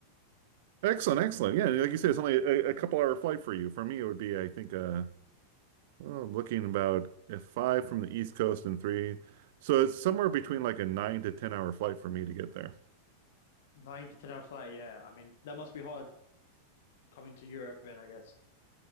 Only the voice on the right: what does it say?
Excellent, excellent. Yeah, like you said, it's only a, a couple hour flight for you. For me, it would be, I think, uh, well, I'm looking about uh, five from the East Coast and three. So it's somewhere between like a nine to 10 hour flight for me to get there.